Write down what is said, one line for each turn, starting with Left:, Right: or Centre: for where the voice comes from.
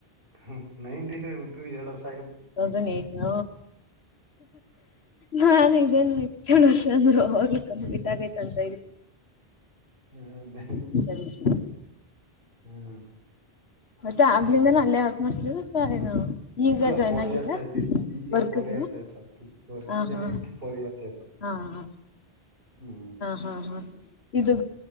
Right: ಹ್ಮ್ ನೈಂಟಿನ್ ತ್ ಹುಟ್ಟಿದ್ರೆ ಎರಡು ವರ್ಷ್.
Left: ಟೂ ತೌಸಂಡ್ ಏಟಿನ್ ನಾ ಇದೇನ್ತ್ಯೇಳ ವರ್ಷ ಅಂದರು ಅವೋಗ್ಲ ಕಂಪ್ಲೀಟ್ ಅಂತ ಇದಿ
Right: ಹ್ಮ
Left: ಇದ್ದೆ.
Right: ಹ್ಮ
Left: ಮತ್ತೆ ಆಗ್ಲಿಂದನು ಅಲ್ಲೇ ವರ್ಕ್ ಮಾಡ್ತಿದಾರಾ ಅಥವಾ ಏನು ಈಗ
Right: ಇಲ್ಲ
Left: ಜಾಯ್ನ್
Right: ಫೋರ್
Left: ಆಗಿದ್ದ
Right: ಇಯರ್ಸ್ ಆಯ್ತು ಈಗ
Left: ವರ್ಕ್ಗೆ
Right: ಫೋರ್ ಇಯರ್ಸ್ ಆಯ್ತು ವರ್ಕಿ ವರ್ಕಿಗ್
Left: ಹಾ
Right: ಜಾಯ್ನ್
Left: ಹಾ
Right: ಆಗಿ ಫೋರ್ ಇಯರ್ಸ್ ಆಯ್ತು.
Left: ಹಾ ಹ
Right: ಹ್ಮ್
Left: ಹಾ ಹಾ ಇದು